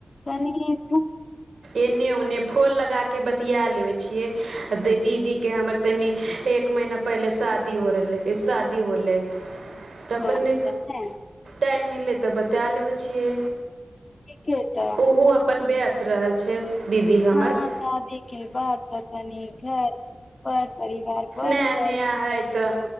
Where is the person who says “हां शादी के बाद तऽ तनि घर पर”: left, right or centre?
Left